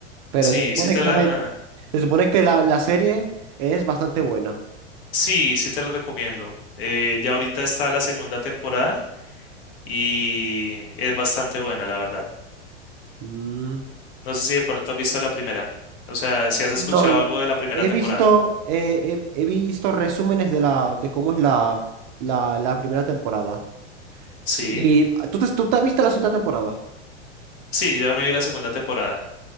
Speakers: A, on the right; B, on the left.
A: Pero
B: Sí,
A: se supone
B: sí te
A: que
B: la,
A: la, se supone que la, la serie es bastante buena.
B: sí, sí te la recomiendo. Eh, ya ahorita está la segunda temporada y es bastante buena, la verdad.
A: Mm,
B: No sé si de pronto has visto la primera. O sea, si has escuchado
A: No,
B: algo de la primera
A: he
B: temporada.
A: visto, eh, he, he visto resúmenes de la, de cómo es la, la, la primera temporada.
B: Sí,
A: S- Y tú te, tú te viste la segunda temporada.
B: sí, yo ya me vi la segunda temporada.